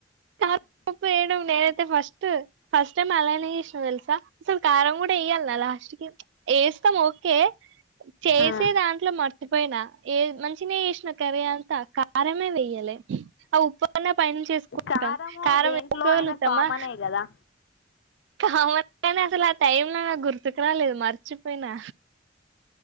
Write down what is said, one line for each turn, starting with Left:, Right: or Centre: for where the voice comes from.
Right: కారం, ఉప్పు వేయడం నేనైతే ఫస్ట్ ఫస్ట్ టైమ్ అలానే చేసిన తెల్సా కారం కూడా ఏయాల నా లాస్ట్ కి వేస్తాం. ఓ ఏ చేసే
Left: ఆ
Right: దాంట్లో మర్చిపోయినా ఏ మంచి మంచిగా చేసిన కర్రీ అంత కారమే వెయ్యలే ఆ ఉప్పన్న పని చేసుకుంటాం.
Left: కారము
Right: కారం
Left: దేంట్లో
Right: ఎసుకోగలుగుతామా
Left: అయినా కామనే కదా
Right: కామన్ గానే అసలు ఆ టైమ్ లో నా గుర్ గుర్తుకు రాలేదు. మరిచిపోయినా